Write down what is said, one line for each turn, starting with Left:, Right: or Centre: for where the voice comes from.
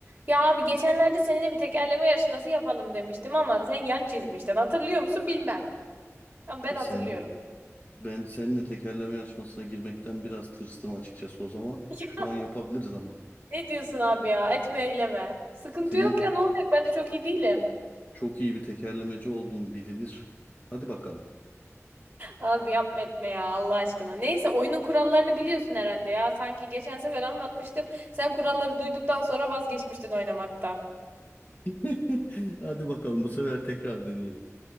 Right: Ya abi geçenlerde seninle bir tekerleme yarışması yapalım demiştim ama sen yan çizmiştin. Hatırlıyor musun bilmem. Ama ben
Left: E
Right: hatırlıyorum.
Left: sen, ben seninle tekerleme yarışmasına girmekten biraz tırstım açıkçası o zaman.
Right: <laughs>
Left: Şu an yapabiliriz ama.
Right: Ne diyorsun abi ya? Etme eyleme. Sıkıntı
Left: Senin
Right: yok ya ne olacak? Ben de çok iyi değilim.
Left: çok iyi bir tekerlemeci olduğun bilinir. Hadi bakalım.
Right: Abi yapma etme ya Allah aşkına. Neyse oyunun kurallarını biliyorsun herhalde ya. Sanki geçen sefer anlatmıştım. Sen kuralları duyduktan sonra vazgeçmiştin oynamaktan.
Left: <laughs> Hadi bakalım bu sefer tekrar deneyelim.